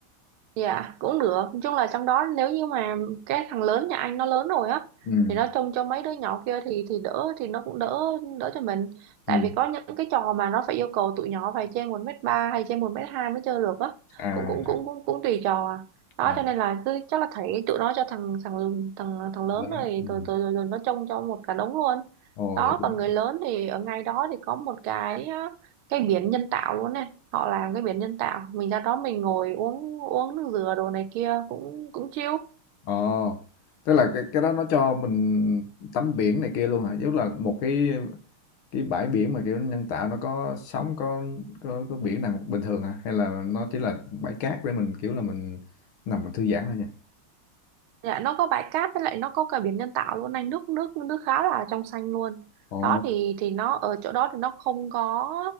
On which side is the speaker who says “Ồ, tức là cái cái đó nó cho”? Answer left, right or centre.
Left